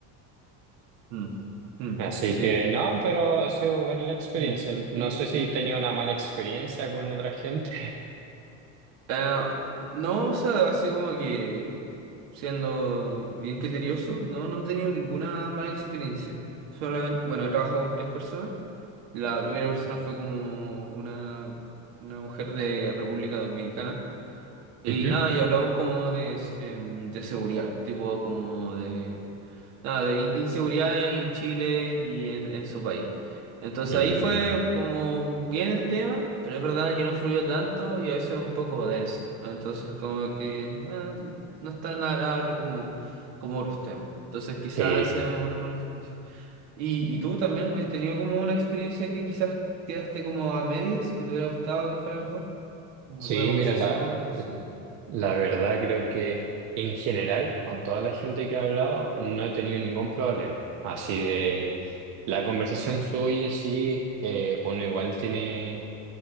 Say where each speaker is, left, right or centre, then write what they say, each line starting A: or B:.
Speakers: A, on the right; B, on the right.
A: Mm, mm,
B: Así
A: Sí.
B: que no, pero ha sido buena la experiencia.
A: Ujú.
B: No
A: Y-
B: sé si
A: y,
B: tenía una mala experiencia con otra gente.
A: ah, no, o sea, así como que siendo bien criterioso, no, no he tenido ninguna mala experiencia. Solamente, bueno, he trabajado con tres personas. La primera persona fue como una, una mujer de República Dominicana. Y
B: <laughs> Ujú.
A: nada, y hablamos como de, em, de seguridad, tipo como de Nada, de in- inseguridad en Chile y en, en su país. Entonces
B: Mm,
A: ahí fue como bien el tema, pero es verdad que no fluyó tanto y a veces un poco denso. ¿no? Entonces como que eh, no es tan agradable como, como otros temas. Entonces quizás
B: sí,
A: esa es una mala experiencia. ¿Y, y tú también has tenido como una experiencia que quizás quedaste como a medias, que te hubiera gustado que fuera mejor? ¿Como
B: sí,
A: ¿Alguna conversación,
B: mira, la,
A: algo así?
B: la verdad creo que en general, con toda la gente que he hablado, no he tenido ningún problema. Así de, la conversación fluye, sí, eh, uno igual tiene